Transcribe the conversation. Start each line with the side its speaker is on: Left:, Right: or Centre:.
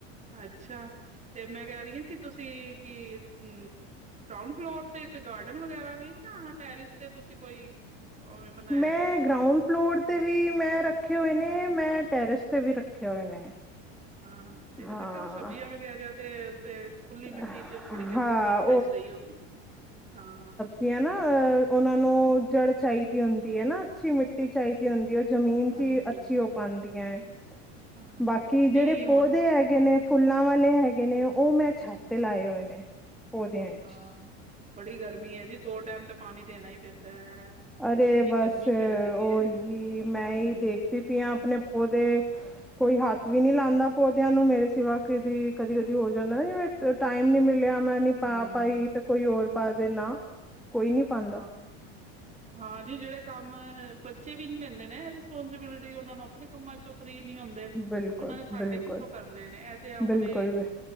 Right: ਅੱਛਾ, ਤੇ ਮੈਂ ਕਹ ਰਹੀ ਹਾਂ ਕਿ, ਤੁਸੀਂ ਕੀ ਹਮ, ਗਰਾਉਂਡ ਫਲੋਰ ਤੇ ਇੱਕ ਗਾਰਡਨ ਵਗੈਰਾ ਹੈ, ਜਾਂ ਟੈਰਿਸ ਤੇ ਤੁਸੀਂ ਕੋਈ, ਓਵੇ ਬਣਾਇਆ
Centre: ਮੈਂ
Right: ਦਾ ਵੇ?
Centre: ਗਰਾਊਂਡ ਫਲੋਰ ਤੇ ਵੀ ਮੈਂ ਰੱਖੇ ਹੋਏ ਨੇ, ਮੈਂ ਟੈਰਸ ਤੇ ਵੀ ਰੱਖੇ ਹੋਏ ਨੇ।
Right: ਹਾਂ, ਨਹੀਂ
Centre: ਹਾਂ
Right: ਤੇ ਮੈਂ ਕਿਹਾ, ਉਹ ਸਬਜ਼ੀਆਂ ਵਗੈਰਾਿਆ ਤੇ ਤੇ, ਖੁੱਲੀ
Centre: ਹਾਂ
Right: ਮਿੱਟੀ 'ਚ, ਬੜੀ ਕਹਿੰਦੇ ਸਹੀ ਹੁੰਦੀਆ, ਹਾਂ।
Centre: ਜੇ ਹੈ, ਉਹਨਾਂ ਨੂੰ ਜੜ ਚਾਹੀਦੀ ਹੁੰਦੀ ਹੈ ਨਾ, ਅੱਛੀ ਮਿੱਟੀ ਮਿਟੀ ਚਾਹੀਦੀ ਹੁੰਦੀ ਹੈ, ਉਹ ਜ਼ਮੀਨ 'ਚ
Right: ਹਾਂਜੀ
Centre: ਅੱਛੀ ਹੋ ਪਾਉਂਦੀ ਹੈ।
Right: ਹਾਂ
Centre: ਬਾਕੀ,
Right: ਨਹੀਂ
Centre: ਜਿਹੜੇ ਪੌਦੇ
Right: ਹੁਣ
Centre: ਹੈਗੇ ਨੇ ਫੁੱਲਾਂ ਵਾਲੇ ਹੈਗੇ ਨੇ, ਉਹ ਮੈਂ ਛੱਤ
Right: ਅੱਛਾ
Centre: ਲਾਏ ਹੋਏ ਨੇ, ਪੌਦਿਆਂ
Right: ਹਾਂ
Centre: 'ਚ।
Right: ਬੜੀ ਗਰਮੀ ਹੈ ਜੀ, ਦੋ ਟਾਈਮ ਤੇ ਪਾਣੀ ਦੇਣਾ ਹੀ ਪੈਂਦਾ ਹੈ।
Centre: ਅਰੇ
Right: ਇੰਨੀ
Centre: ਬਸ,
Right: ਗਰਮੀ ਪੈ ਰਹੀ
Centre: ਉਹੀ
Right: ਹੈ
Centre: ਮੈਂ
Right: ਹਮ
Centre: ਹੀ ਦੇਖਦੀ ਪਈ ਆਂ, ਆਪਣੇ ਪੌਦੇ ਕੋਈ ਹੱਥ ਵੀ ਨੀ ਲਾਉਂਦਾ, ਪੌਦਿਆਂ ਨੂੰ ਮੇਰੇ ਸਿਵਾ ਕਦੀ, ਕਦੀ-ਕਦੀ ਹੋ ਜਾਂਦਾ ਨਾ, ਜਿਵੇਂ ਟਾਈਮ ਨੀ ਮਿਲਿਆ ਮੈਂ ਨੀ ਪਾ
Right: ਹਮ
Centre: ਪਾਈ, ਤੇ ਕੋਈ ਹੋਰ ਪਾ ਦੇ, ਨਾ, ਕੋਈ ਨੀ ਪਾਉਂਦਾ।
Right: ਹਾਂ ਹਾਂ ਜੀ ਜਿਹੜੇ ਕੰਮ, ਬੱਚੇ ਵੀ ਨੀ ਲੈਂਦੇ ਨੇ ਰਿਸਪੋਂਸੀਬਿਲਿਟੀ, ਉਹਨਾਂ ਨੂੰ ਆਪਣੇ ਕੰਮਾਂ 'ਚੋਂ ਫਰੀ ਨਹੀਂ ਹੁੰਦੇ,
Centre: ਬਿਲਕੁਲ
Right: ਉਹਨਾਂ ਨੇ ਸਾਡੇ
Centre: ਬਿਲਕੁਲ
Right: ਕਿੱਥੋਂ ਕਰਨੇ ਨੇ। ਇਹ ਤੇ ਆਪਣੇ
Centre: ਬਿਲਕੁਲ ਬਿ-